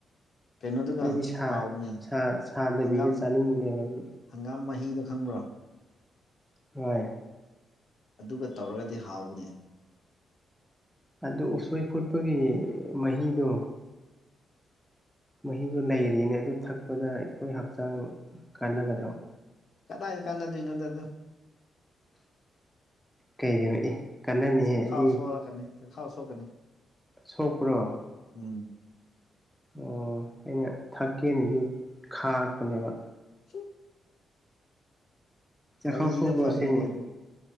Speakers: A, on the left; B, in the centre.
A: ꯀꯩꯅꯣꯗꯨꯒꯥ
B: ꯑꯩꯗꯤ ꯁꯥ
A: ꯍꯥꯎꯕꯅꯦ
B: ꯁꯥ ꯁꯥꯗꯕꯤꯗ
A: ꯍꯪꯒꯥꯝ
B: ꯆꯥꯅꯤꯡꯕꯅꯦꯕ ꯑꯩꯗꯤ
A: ꯍꯪꯒꯥꯝ ꯃꯥꯍꯤꯗꯣ ꯈꯪꯕ꯭ꯔꯣ
B: ꯍꯣꯏ
A: ꯑꯗꯨꯒ ꯇꯧꯔꯒꯗꯤ ꯍꯥꯎꯕꯅꯦ
B: ꯑꯗꯣ ꯎꯠꯁꯣꯏ ꯐꯨꯠꯄꯥꯒꯤ ꯃꯍꯤꯗꯣ ꯃꯥꯍꯤꯗꯣ ꯂꯩꯔꯤꯅꯦ ꯑꯗꯨ ꯊꯛꯄꯗ ꯑꯩꯈꯣꯏ ꯍꯛꯆꯥꯡ ꯀꯥꯟꯅꯒꯗ꯭ꯔꯣ
A: ꯀꯗꯥꯏꯗ ꯀꯥꯟꯅꯗꯣꯏꯅꯣꯗ ꯑꯗꯣ
B: ꯀꯩꯒꯤꯅꯣ ꯑꯦ ꯀꯥꯟꯅꯅꯤꯍꯦ
A: ꯆꯥꯛꯈꯥꯎ
B: ꯑꯗꯤ
A: ꯁꯣꯛꯂꯛꯀꯥꯅꯤ ꯆꯥꯛꯈꯥꯎ ꯁꯣꯛꯀꯥꯅꯤ
B: ꯁꯣꯛꯄ꯭ꯔꯣ
A: ꯎꯝ
B: ꯑꯣ ꯑꯩꯅ ꯊꯛꯀꯦꯅꯥꯗꯤ ꯈꯥꯛꯄꯅꯦꯕꯥ
A: ꯆ
B: ꯆꯥꯛꯈꯥꯎ
A: <inaudible> ꯀꯔꯤꯗ
B: ꯁꯣꯛꯄ꯭ꯔꯣ
A: ꯐꯒꯦꯅꯦ
B: ꯑꯁꯦꯡꯕ
A: ꯑꯗꯨꯝ